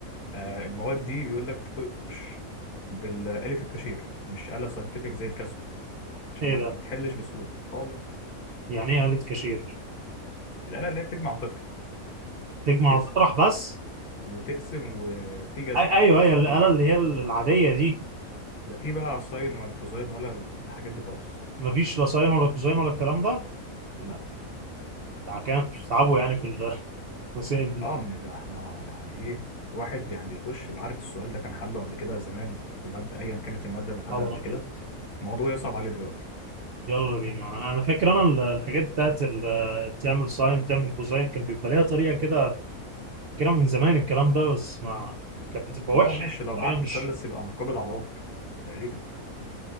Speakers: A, on the left; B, on the right.
A: آه المواد دي بيقول لك تخش بالآلة الكاشير مش آلة ساينتفك زي الكاسيو عشان
B: ايه
A: ما
B: ده؟
A: تحلش بسهوله اه والله
B: يعني ايه آلة كاشير؟
A: الآلة اللي هي بتجمع وتطرح
B: تجمع
A: تقسم
B: وتطرح بس؟
A: وتقسم وفي جزر
B: أي ايوه
A: بس
B: هي الآلة
A: روت
B: اللي هي العادية دي
A: لا في بقى ساين ولا كوزاين ولا الحاجات دي خالص
B: ما فيش لا ساين ولا كوزاين ولا الكلام ده
A: لا
B: ده كانوا بيتعبوا يعني في ال- <laughs> الرسائل دي
A: اه من ده احنا يعني ايه الواحد يعني بيخش بعرف السؤال ده كان حله قبل كده زمان في ماده ايا كانت الماده اللي خدها
B: خبر
A: قبل
B: ابيض
A: كده الموضوع يصعب عليه دلوقتي
B: يلا بينا انا أنا فاكر انا ال- الحاجات بتاعت ال- تعمل ساين تعمل كوزاين كان بيبقى ليها طريقة كده كلام من زمان الكلام ده بس ما كانت بتبقى
A: لو
B: وحشه
A: ماشي
B: يعني
A: لو
B: بطريقه
A: معاك
B: مش
A: مثلث يبقى مقابل على وتر تقريبا